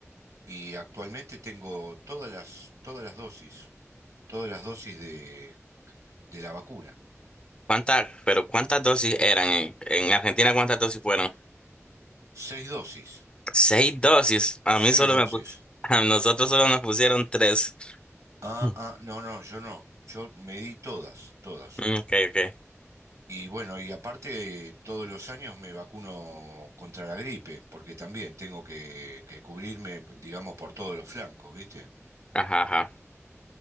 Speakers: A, on the right (about 80°); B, on the left (about 20°).
A: Y actualmente tengo todas las, todas las dosis, todas las dosis de, de la vacuna.
B: ¿Cuántas, pero cuántas dosis eran en, en Argentina? ¿Cuántas dosis fueron?
A: Seis dosis,
B: Seis dosis. A
A: seis
B: mí solo
A: dosis.
B: me pu- <laughs> A nosotros solo nos pusieron tres.
A: Ah,
B: Mm.
A: ah, no, no, yo no. Yo me di todas, todas.
B: Mm, Ok, ok.
A: Y bueno, y aparte todos los años me vacuno contra la gripe, porque también tengo que, que cubrirme, digamos, por todos los flancos, ¿viste?
B: Ajá, ajá.